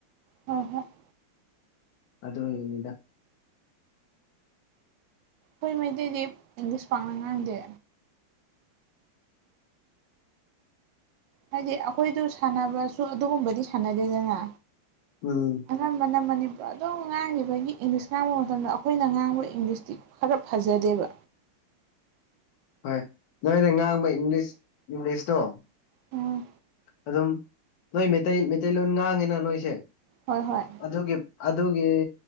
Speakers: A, on the right (about 75°); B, on the left (about 60°).
A: ꯍꯣ <inaudible>
B: ꯑꯗ ꯌꯦꯅꯤꯗ
A: ꯍꯣꯏ ꯃꯩꯇꯩꯗꯤ ꯏꯪꯂꯤꯁ ꯄꯥꯡꯅ ꯉꯥꯡꯗꯦ ꯍꯥꯏꯗꯤ ꯑꯩꯈꯣꯏꯗ ꯁꯥꯟꯅꯕꯁꯨ ꯑꯗꯨꯒꯨꯝꯕꯗꯤ ꯁꯥꯟꯅꯗꯦꯗꯅ
B: ꯎꯝ
A: ꯃꯅ ꯃꯅ ꯃꯅꯤ ꯑꯗ ꯑꯗꯨꯝ ꯉꯥꯡꯉꯤꯕꯒꯤ ꯏꯪꯂꯤꯁ ꯉꯥꯡꯕ ꯃꯇꯝꯗ ꯑꯩꯈꯣꯏꯅ ꯉꯥꯡꯕ ꯏꯪꯂꯤꯁꯇꯤ ꯈꯔ ꯐꯖꯗꯦꯕ
B: ꯍꯣꯏ ꯅꯣꯏꯅ ꯉꯥꯡꯕ ꯏꯪꯂꯤꯁ ꯏꯪꯂꯤꯁꯇꯣ
A: ꯎꯝ
B: ꯑꯗꯨꯝ ꯅꯣꯏ ꯃꯩꯇꯩ ꯃꯩꯇꯩꯂꯣꯟ ꯉꯥꯡꯉꯤꯅ ꯅꯣꯏꯁꯦ
A: ꯍꯣꯏ ꯍꯣꯏ
B: ꯑꯗꯨꯒꯤ ꯑꯗꯨꯒꯤ